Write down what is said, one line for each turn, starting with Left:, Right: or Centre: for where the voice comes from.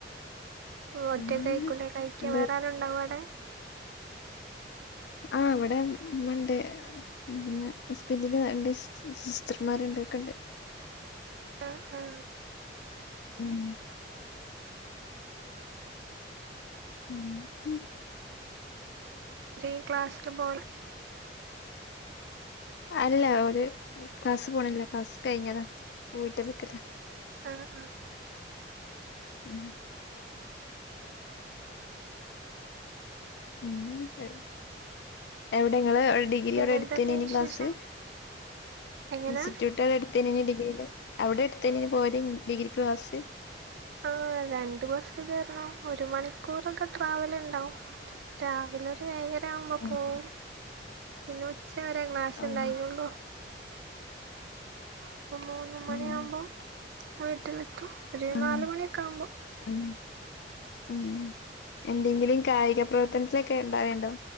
Right: ഒറ്റ
Left: ഉം
Right: കൈക്കുലെ കൈക്ക
Left: എന്ത്
Right: വേറാരോണ്ടാവോ ആടെ?
Left: ആഹ് വടെമ്മണ്ട്. പിന്നെ ഹസ്ബൻഡിന്റെ രണ്ട് സിറ്റ് സിസ്റ്റർമാര്ണ്ട് ണ്ടൊക്കെണ്ട്.
Right: ആഹ് ആഹ്
Left: ഉം ഉം ഉം
Right: ഒര് ക്ലാസ്‌ലും പോവ് ല?
Left: അല്ല ഒരു ക്ലാസ് പോണില്ല ക്ലാസ്സ് കഴിഞ്ഞതാ പ്പോ വീട്ട് നിക്കല.
Right: ആഹ് ആഹ്
Left: ഉം പിന്നെന്താ എവിടെങ്ങള് ഡിഗ്രി ഡിഗ്രി
Right: പിന്നെ
Left: അവ്ടെ എടുത്തന്നെയ്നി
Right: എന്തൊക്കെ വിശേഷം
Left: ക്ലാസ്
Right: എങ്ങനാ
Left: ഇൻസ്റ്റിറ്റ്യൂട്ടവ്ടെട്ത്ത അടുത്ത നെയ്നി ഡിഗ്രി ന്റെ അവ്ടെ എട്ത്തന്നെയ്നി പോവല് ഡിഗ്രിക്ക് ക്ലാസ്?
Right: ആഹ് രണ്ട് ബസ് കേറണം ഒരു മണിക്കൂറൊക്കെ ട്രാവല് ണ്ടാവും. രാവിലെ ഒരു ഏയര ആവുമ്പോ
Left: ആഹ്
Right: പോവും. പിന്നെ ഉച്ച വരെ ക്ലാസ്
Left: ഓഹ്
Right: ഉണ്ടായ്നൊള്ളു. ഇപ്പൊ മൂന്ന് മണിയാവ്മ്പം
Left: ഉം
Right: വീട്ടിലെത്തും ഒരു
Left: ആഹ്
Right: നാല് മണിയൊക്കെ ആവ്മ്പം
Left: ഉം ഉം എന്തെങ്കിലും കായിക പ്രവർത്തനത്തിലൊക്കെ ണ്ടാവേണ്ടോ?